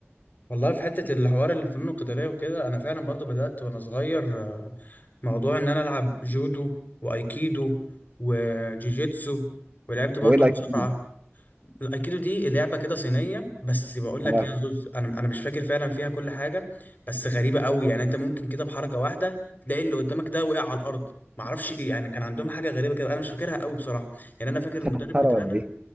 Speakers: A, on the left; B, on the right.
A: والله في حته الحوار الفنون القتاليه وكده انا فعلا برضو بدات وانا صغير آه، موضوع ان انا العب جودو وايكيدو وجيجيتسو ولعبت برضو
B: هو ايه لايك
A: مصارعه
B: كده؟
A: الايكيدو دي لعبه كده صينيه بس بقول لك
B: اه
A: يا زوز انا انا مش فاكر فعلا فيها كل حاجه بس غريبه قوي يعني انت ممكن كده بحركه واحده تلاقي اللي قدامك ده وقع على الارض معرفش ايه يعني كان عندهم حاجه غريبه كده انا مش فاكرها قوي بصراحه يعني انا فاكر
B: صحرا
A: المدرب بتاعنا
B: ولا ايه؟